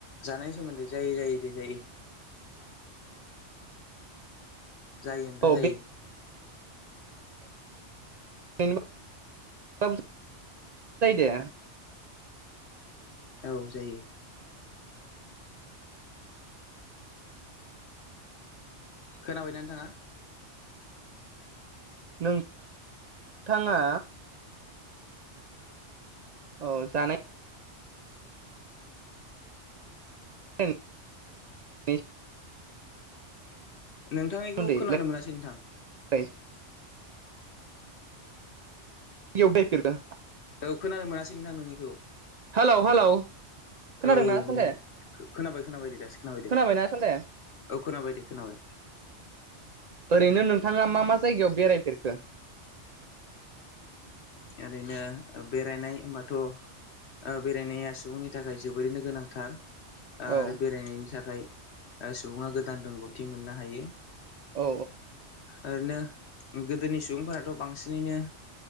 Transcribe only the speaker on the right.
औ
जायो दे
नोंथाङा औ जानाय <inaudible>
सोमोन्दै
रायलायनोसै इायफेरग
हेलौ हेलौ खोनादोंना
सालथे
खोनाबायना
सालथे
ओरैनो नोंथाङा मा मा जायगायाव बेरायफेरखो
औ
औ